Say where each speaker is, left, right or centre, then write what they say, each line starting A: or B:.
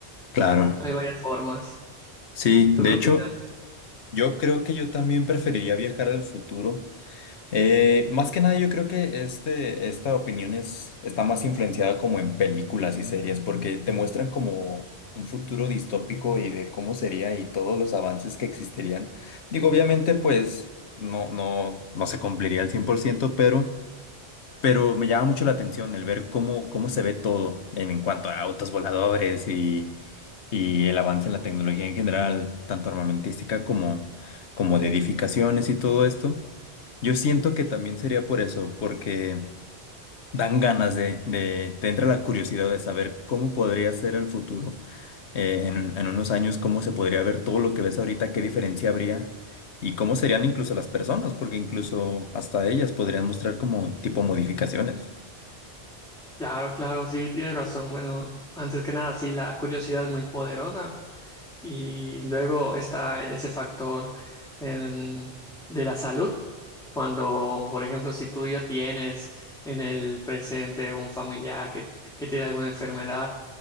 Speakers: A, on the left; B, in the centre.
A: Claro.
B: Hay varias formas.
A: Sí,
B: ¿Tú
A: de
B: qué
A: hecho,
B: opinas?
A: yo creo que yo también preferiría viajar al futuro Eh, más que nada, yo creo que este, esta opinión es, está más influenciada como en películas y series, porque te muestran como un futuro distópico y de cómo sería y todos los avances que existirían. Digo, obviamente, pues no, no, no se cumpliría al 100%, pero, pero me llama mucho la atención el ver cómo, cómo se ve todo en, en cuanto a autos voladores y, y el avance en la tecnología en general, tanto armamentística como, como de edificaciones y todo esto. Yo siento
B: Ujú.
A: que también sería por eso, porque dan ganas de, de, te entra la curiosidad de saber cómo podría ser el futuro, eh, en, en unos años, cómo se podría ver todo lo que ves ahorita, qué diferencia habría y cómo serían incluso las personas, porque incluso hasta ellas podrían mostrar como tipo modificaciones.
B: Claro, claro, sí, tienes razón. Bueno, antes que nada, sí, la curiosidad es muy poderosa Y luego está ese factor em, de la salud. Cuando, por ejemplo, si tú ya tienes en el presente un familiar que, que tiene alguna enfermedad